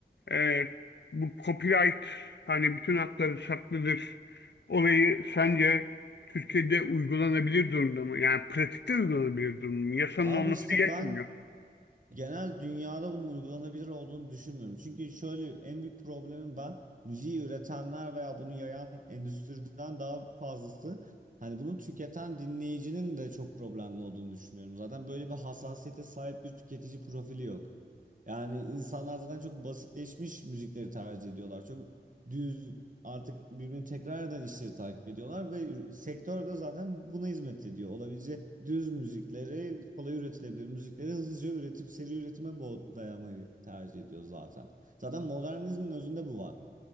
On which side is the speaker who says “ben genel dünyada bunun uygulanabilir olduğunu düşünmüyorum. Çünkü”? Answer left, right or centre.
Right